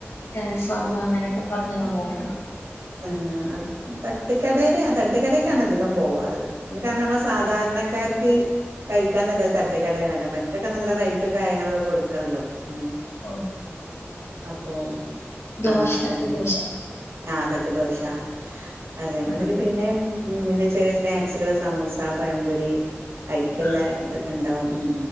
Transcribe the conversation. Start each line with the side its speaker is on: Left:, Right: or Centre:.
Left: തൽഫാമ അങ്ങനെയൊക്കെ പറഞ്ഞുള്ളതാണോ?
Right: ആഹ് തട്ടുകടെല് തട്ടുകടെക്കാണ് അധികം പോവാറ് ഇന്ന് കാരണ നമ്മ സാധാരണക്കാർക്ക് കയിക്കാൻ നല്ലത് തട്ടുകടയാണല്ലോ മറ്റൊക്കെ നല്ല റേറ്റും കാര്യങ്ങളൊക്കെ കൊടുക്കണല്ലോ ഉം
Left: ഓ
Right: അപ്പൊ
Left: ദോശ
Right: ആഹ് അതന്നെ
Left: തട്ട് ദോശ
Right: ആഹ് തട്ട് ദോശ അതേ മാതിരി
Left: ആ,
Right: പിന്നെ ഉം പിന്നെ ചെറിയ സ്നാക്സുകള് സമൂസ പയംപൊരി അയ്ക്ക്ള്ളത്..
Left: ആ.
Right: ഉണ്ടാവും ഉം